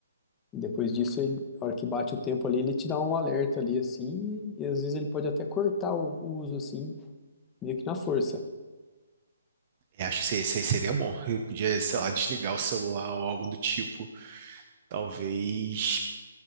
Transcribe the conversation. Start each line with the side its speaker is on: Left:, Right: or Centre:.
Left: E depois disso, ele, na hora que bate o tempo ali, ele te dá um alerta ali assim, e às vezes ele pode até cortar o, o uso assim, meio que na força.
Right: Eu acho que se- isso aí seria bom. Eu podia, sei lá, desligar o celular ou algo do tipo. Talvez,